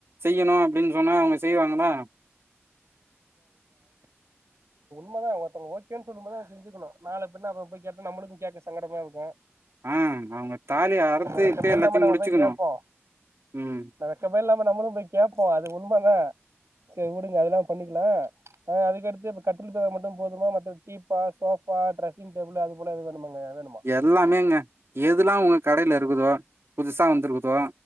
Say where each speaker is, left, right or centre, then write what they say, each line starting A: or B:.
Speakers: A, on the right (about 65°); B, on the right (about 80°).
A: செய்யணு அப்டின்னு சொன்னா அவுங்க செய்வாங்ளா
B: உண்மதா ஒருத்தர் ஓகேன்னு சொல்லும்போது அத செஞ்சக்கணு நால பின்ன அவுங்க போய் கேட்டு நம்மளுக்கு கேக்க சங்கடமா இருக்கு
A: ஆஹ் அவுங்க தாலி அறுத்து
B: வெக்கமே
A: கித்து எல்லாத்தையு
B: இல்லாம நம்ம
A: முடிச்சிக்கணு
B: போய் கேட்போம்
A: உம்
B: வெக்கமே இல்லாம நம்மளும் போய் கேட்போ அது உண்மதா சரி வுடுங்க அதெல்லா பண்ணிக்கலா ஹ் அதுக்கடுத்து இப்ப கத்தில் பிரோ மட்டும் போதுமா மத்த டீபா சோஃபா டிரெஸ்ஸிங் டேபிள் அது போலது எது வேணுமாங்க வேணுமா
A: எல்லாமேங்க எதுல்லா உங்க கடைல இருக்குதோ புதுசா வந்திருக்குதோ